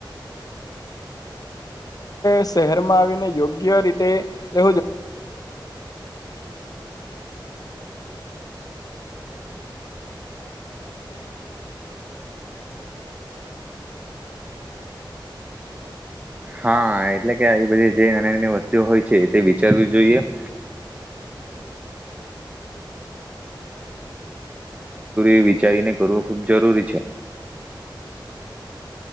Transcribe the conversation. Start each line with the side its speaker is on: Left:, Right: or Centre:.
Left: <unintelligible> શહેર માં આવીને યોગ્ય રી <unintelligible>
Right: હા એ આવી બધી જે નાની નાની વસ્તુ હોય છે, તે વિચારવી જોઈએ <inaudible> <inaudible> વિચારીને કરવું ખૂબ જરૂરી છે.